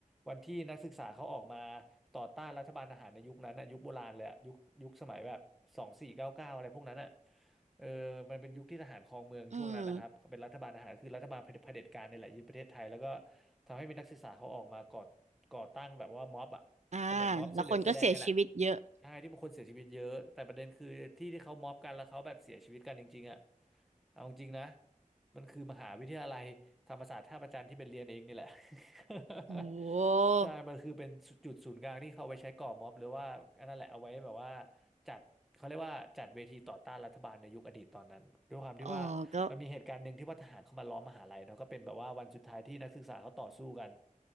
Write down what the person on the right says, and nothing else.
อืม
อ่าแล้วคนก็เสียชีวิตเยอะ
โอ้โห
เออก็